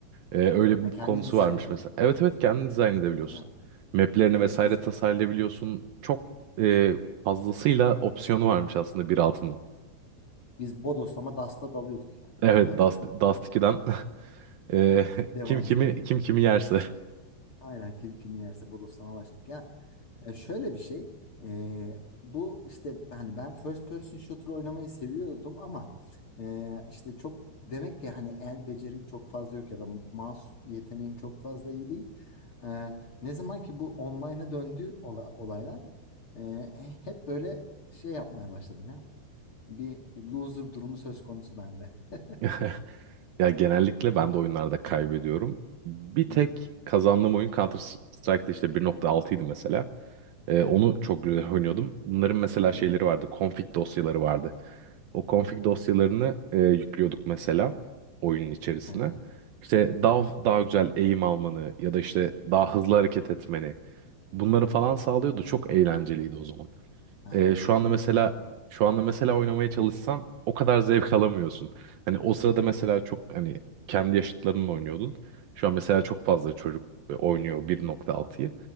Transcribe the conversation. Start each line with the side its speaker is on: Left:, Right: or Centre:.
Right: Ee, öyle
Left: Ha
Right: bir konusu
Left: kendin dizayn
Right: varmış
Left: ediyordun.
Right: mesela. Evet evet kendin
Left: Hı.
Right: dizayn edebiliyorsun.
Left: Ha.
Right: Map'lerini
Left: Evet
Right: vesaire
Left: biz
Right: tasarlayabiliyorsun. Çok e, fazlasıyla opsiyonu varmış aslında 1.6'nın.
Left: biz bodoslama dasta dalıyorduk yani.
Right: Evet
Left: <laughs>
Right: Dust, Dust 2'den. <laughs> Ee,
Left: Devam
Right: kim kimi
Left: diye.
Right: kim kimi yerse.
Left: Aynen kim kim yerse bodoslama başladık ya. e, şöyle bir şey. e, bu işte hani ben first person shooter oynamayı seviyordum ama e, işte çok demek ki hani el becerim çok fazla yok ya da mouse yeteneğim çok fazla iyi değil. E, ne zaman ki bu online'a döndü ola- olaylar e, hep böyle şey yapmaya başladım ya. bir loser durumu söz konusu bende. <laughs> Hı
Right: <laughs> Ya genellikle ben de oyunlarda kaybediyorum. Bir tek
Left: hı.
Right: kazandığım oyun Counter Strike'da işte bir nokta altıydı mesela. Ee,
Left: Evet.
Right: onu çok güzel oynuyordum. Bunların mesela
Left: Hı
Right: şeyleri
Left: hı.
Right: vardı. Config dosyaları vardı. O config
Left: Hı hı.
Right: dosyalarını e, yüklüyorduk mesela oyunun içerisine.
Left: Ha.
Right: İşte
Left: Hı hı.
Right: daha daha güzel eğim almanı ya da işte daha hızlı
Left: Hı hı.
Right: hareket etmeni bunları falan
Left: Evet.
Right: sağlıyordu. Çok eğlenceliydi o zaman.
Left: Ha,
Right: Ee,
Left: o
Right: şu
Left: zamanlar
Right: anda mesela
Left: güzeldi tabii.
Right: şu anda mesela oynamaya çalışsan o kadar zevk alamıyorsun. Hani o sırada
Left: Evet.
Right: mesela çok hani kendi yaşıtlarınla oynuyordun. Şu an mesela çok fazla çocuk e, oynuyor 1.6'yı.